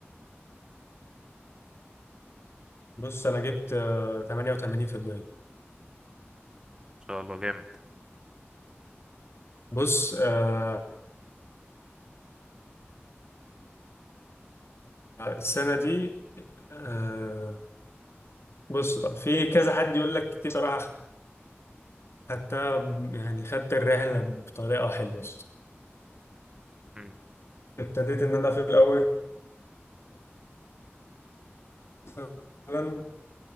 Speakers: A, on the left; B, on the right.
A: بص انا جبت آه، 88%
B: شاء الله جامد
A: بص آه، السنه دي آه، بص بقى في كذا حد يقول لك كتير صراحه خدتها ب- يعني خدت الرحله بطريقه حلوه
B: مم.
A: ابتديت ان انا في الاول مثلا